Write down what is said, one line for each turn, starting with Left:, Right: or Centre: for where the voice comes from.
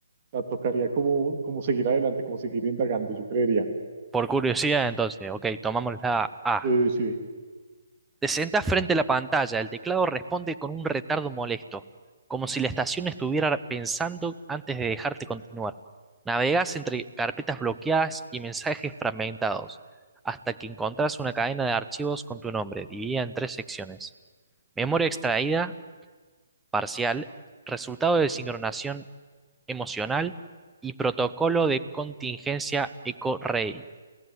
Right: O sea, tocaría como, como seguir adelante, como seguir indagando, yo creería.
Centre: Por curiosidad, entonces, ok, tomamos la A.
Right: Sí, sí.
Centre: Te sentás frente a la pantalla, el teclado responde con un retardo molesto, como si la estación estuviera pensando antes de dejarte continuar. Navegas entre carpetas bloqueadas y mensajes fragmentados, hasta que encontrás una cadena de archivos con tu nombre, dividida en tres secciones. Memoria extraída, parcial, resultado de sincronización emocional y protocolo de contingencia ECO-REI.